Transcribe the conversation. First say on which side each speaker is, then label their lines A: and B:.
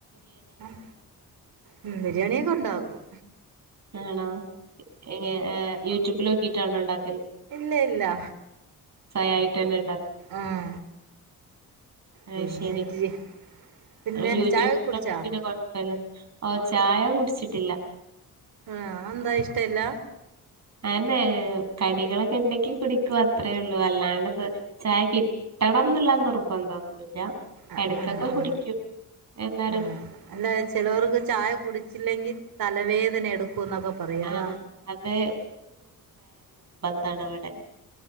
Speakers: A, on the right; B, on the right.
A: ആം ഉം ബിരിയാണിയൊക്കെ ഉണ്ടാക്കും
B: നാണോ എയേ ഏഹ് യൂട്യൂബിലോക്കിട്ടാണോ ഇണ്ടാ
A: ഇല്ലെ ഇല്ലാ
B: സ്വയായിട്ട് തന്നെ
A: ആഹ്
B: ഏഹ്
A: പിന്നെ
B: ശരി
A: ഇച്ചിരി പിന്നെ
B: യൂട്യൂബ്
A: ചായ കുടിച്ചാ
B: <unintelligible> പിന്നെ കൊഴപ്പല്ല ഓഹ് ചായ കുട്ച്ചിട്ടില്ല
A: ആഹ് അഹ് എന്താ ഇഷ്ടല്ല
B: അയെന്നെ കടിക്കളൊക്കെ ഇണ്ടെക്കി കുടിക്കും അത്രേ ഇള്ളൂ അല്ലാണ്ട് ബ് ചായ കി ട്ടണംന്ന്ള്ള നിർബന്ധൊന്നുല്ല
A: ആഹ്
B: എടക്കൊക്കെ
A: ആഹ്
B: കുടിക്ക്യും.
A: ആഹ്
B: എല്ലാ
A: ആ അല്ല ചെലോർക്ക് ചായ കുട്ച്ചില്ലെങ്കി തലവേദന എടു ക്കുന്നൊക്കെ പറിം
B: ആ
A: അതാ
B: അത് തടവടെ